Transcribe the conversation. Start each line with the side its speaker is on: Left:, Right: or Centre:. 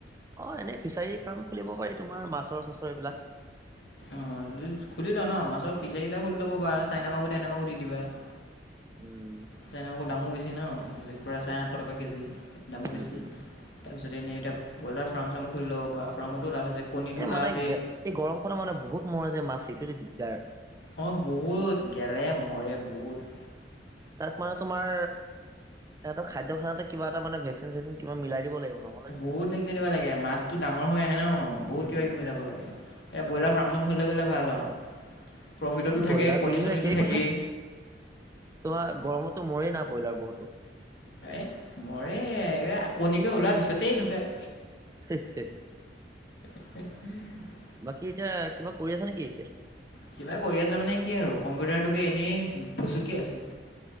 Right: অ এনেই ফিচাৰী ফাৰ্ম খুলিব পাৰি তোমাৰ মাছৰ-চাছৰ এইবিলাক।
Left: অঁ জু খুলি লোৱা ন মাছৰ ফিচাৰী এটা খুলি লব পাৰা ন চাইনা মাগুৰ টাইনা মাগুৰ দি দিব পাৰা।
Right: উম।
Left: চাইনা মাগুৰ দামো বেছি ন প্ৰায় চাৰে আঠশ টকা কেজি দামো
Right: উম
Left: বেছি।
Right: উম
Left: তাৰপিছত এনে এতিয়া বইলাৰ ফাৰ্ম-চাম খুলি ল'ব পাৰা ফাৰ্মতো লাভ আছে। কণীটো
Right: এ
Left: লাভেই
Right: মানে এই গৰমখনত মানে বহুত মৰে যে মাছ সেইটো দিগদাৰ।
Left: অঁ বহুত গেলে মৰে বহুত।
Right: তাত মানে তোমাৰ ইহঁতৰ খাদ্য খানাতে কিবা এটা মানে ভেকচিন-চেকচিন কিবা মিলাই দিব লাগিব ন।
Left: বহুত ভেকচন দিব লাগে। মাছটো ডাঙৰ হৈ আহে ন বহুত
Right: উম
Left: কিবা-কিবি মিলাব লাগে। এ ব্ৰইলাৰ
Right: উম
Left: ফাৰ্ম-চাম দেখিব গলে ভাল আৰু। প্ৰফিটতো
Right: এ ব্ৰইলাৰ
Left: থাকে কণী-চণীটো
Right: খুলিলে একেই
Left: থাকেই।
Right: কথা তোমাৰ গৰমতো মৰেই না ব্ৰইলাৰ বহুতো।
Left: এই মৰে এই আ কণী পৰা ওলোৱাৰ পিছতেই ঢুকায়।
Right: <unintelligible>
Left: <unintelligible>
Right: বাকী এতিয়া কিবা কৰি আছা নেকি এতিয়া?
Left: কিবা কৰি আছা মানে কি আৰু কম্পিউটাৰটোকে এনেই ফুচুকি আছো।